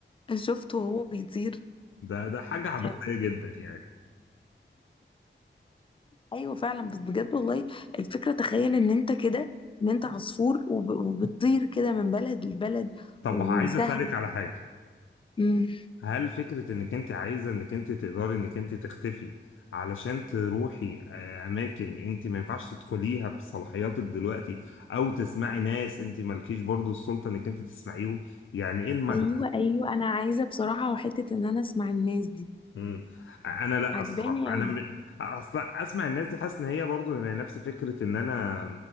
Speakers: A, on the left (about 25°); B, on the left (about 85°).
A: شفته وهو بيطير
B: ده ده حاجة عبثية
A: كان-
B: جدا يعني
A: ايوه فعلا بس بجد والله الفكره تخيل ان انت كده ان انت عصفور وب- وبتطير كده من بلد لبلد
B: طب
A: وسهله
B: عايز أسألك على حاجة
A: أمم.
B: هل فكرة انك انت عايزة انك انت تقدري انك انت تختفي علشان تروحي آه، اماكن انت ما ينفعش تدخليها بصلاحياتك دلوقتي او تسمعي ناس انت مالكيش برضو السلطة انك انت تسمعيهم يعني ايه المغزى؟
A: ايوه ايوه انا عايزه بصراحه وحته ان انا اسمع الناس دي
B: مم. انا لا
A: عجباني
B: الصراحة
A: قوي
B: انا م... اصلا اسمع الناس دي حاسس ان هي برضو هي نفس فكرة ان انا